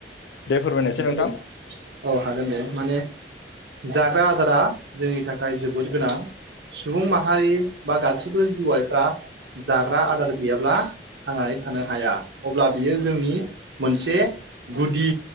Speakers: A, on the left; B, on the right.
A: दे फोरमायनायसै
B: हागोन
A: नोंथां
B: ने औ हागोन दे माने जाग्रा आदारा जोंनि थाखाय जोबोद गोनां। सुबुं माहारि बा गासैबो जवाइफ्रा जाग्रा आदार गैयाब्ला आनानै थानो हाया अब्ला बियो जोंनि मोनसे गुदि